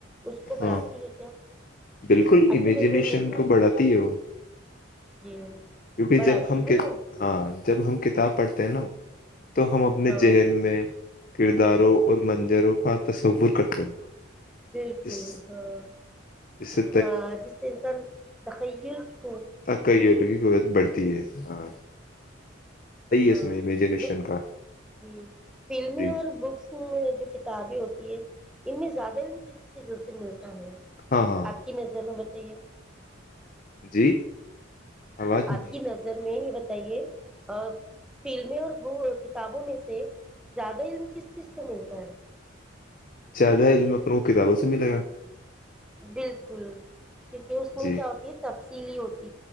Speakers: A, in the centre; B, on the left.
A: اس کو بڑھاتی
B: ہاں
A: ہے کیا
B: بالکل
A: آپ
B: امیجینیشن
A: کی نظر میں کیا
B: کو بڑھاتی ہے وہ
A: جی
B: کیونکہ
A: بڑھاتی
B: جب ہم
A: ہے نا
B: ہاں جب ہم کتاب پڑھتے ہیں نا تو ہم اپنے
A: ہاں
B: ذہل میں کرداروں اور منظروں کا تصور کرتے ہیں
A: بالکل
B: جس
A: ہاں
B: جس سے
A: ہاں جس سے انسان <unintelligible> توخی <unintelligible>
B: ت کئی ل کی قت بڑھتی ہے ہاں <unintelligible>
A: ہاں
B: اس میں امیجنیشن
A: دیکھیے
B: کا
A: جی فلمیں
B: جی
A: اور بکس میں جو کتابیں ہوتی ہے <unintelligible> اتنی زیادہ ہی کس چیز <unintelligible> ملتا ہے
B: ہاں ہاں
A: آپ کی نظر میں ب <unintelligible> تے <unintelligible>
B: جی آواز نہیں
A: آپ کی نظر میں یہ ب <unintelligible> تائیے <unintelligible> ا فلم میںیں اور وہ <unintelligible> کتابوں میں سے زیادہ علم کس چیز سے ملتا ہے
B: زیادہ علم اپن کو کتابوں سے ملے گا
A: بالکل کیونکہ اسس میں
B: جی
A: کیا ہوتی ہے سلیوٹ